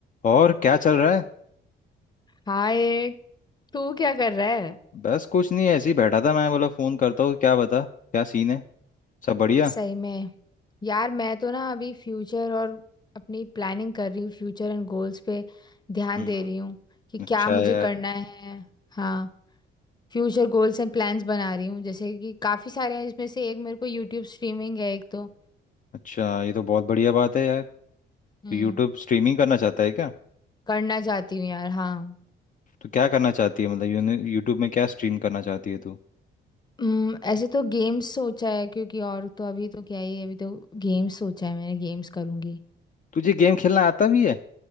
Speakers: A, on the left; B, on the left.
A: और क्या चल रहा है
B: हाय तू क्या कर रहा है
A: बस कुछ नहीं ऐसे ही बैठा था मैं बोला फोन करता हूँ क्या बता क्या सीन है सब बढ़िया
B: सही में यार मैं तो ना अभी फ्यूचर और अपनी प्लानिंग कर रही हूँ फ्यूचर एंड गोल्स पे ध्यान
A: हम्म
B: दे रही हूँ कि
A: अच्छा
B: क्या मुझे
A: यार
B: करना है हाँ फ्यूचर गोल्स एंड प्लान्स बना रही हूँ जैसे कि काफ़ी सारे हैं इसमें से एक मेरे को यूट्यूब स्ट्रीमिंग है एक तो
A: अच्छा ये तो बहुत बढ़िया बात है यार तो
B: हम्म
A: यूट्यूब स्ट्रीमिंग करना चाहता है क्या
B: करना चाहती हूँ यार हाँ
A: तो क्या करना चाहती है मतलब यूट्यूब में क्या स्ट्रीम करना चाहती है तू
B: हम्म, ऐसे तो गेम्स सोचा है क्योंकि और तो अभी तो क्या ही है अभी तो गेम्स सोचा है मैंने गेम्स करूँगी
A: तुझे गेम खेलना आता भी है